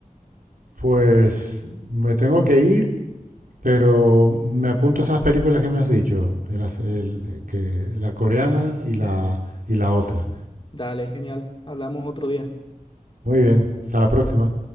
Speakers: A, on the right; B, on the left.
A: Pues me tengo que ir, pero me apunto esas películas que me has dicho, el as- el- que, la coreana y la, y la otra.
B: Dale, genial. Hablamos otro día.
A: Muy bien, hasta la próxima.